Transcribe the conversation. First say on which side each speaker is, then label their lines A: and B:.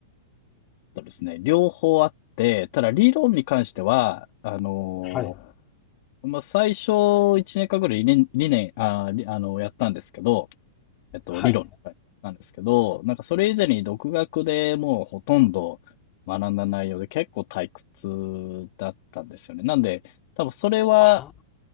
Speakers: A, on the left; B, on the left.
A: そうですね。両方あって、ただ理論に関しては、あの、
B: はい。
A: まあ最初1年間ぐらい理念、理念、あ、りあの、やったんですけど、えっと、
B: はい。
A: 理論に書いてあったんですけど、なんかそれ以前に独学でもうほとんど学んだ内容で結構退屈だったんですよね。なんで、多分それは
B: あ、